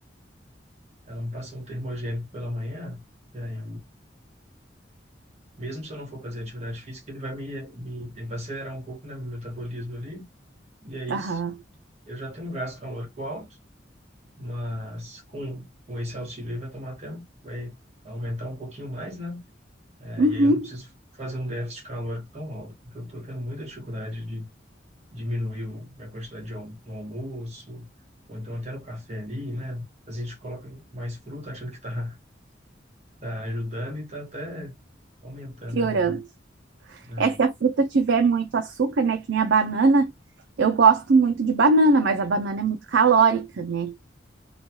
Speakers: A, on the right (about 35°); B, on the right (about 70°).
A: Ela me passou um termogênico pela manhã, e aí, mesmo se eu não for fazer atividade física, ele vai me, me ele vai acelerar um pouco, né, meu metabolismo ali, e aí
B: Aham.
A: s- eu já tenho um gasto calórico alto, mas com, com esse auxílio aí vai tomar até, vai aumentar um pouquinho mais, né, É,
B: Uhum.
A: e aí eu não preciso fazer um déficit calórico tão alto, porque eu estou tendo muita dificuldade de diminuir o, a quantidade de almo, no almoço, ou então até no café ali, né, a gente coloca mais fruta achando que está tá ajudando e está até Aumentando
B: Piorando.
A: ali, né? É,
B: É se a fruta tiver muito açúcar, né, que nem a banana, eu gosto muito de banana, mas a banana é muito calórica, né?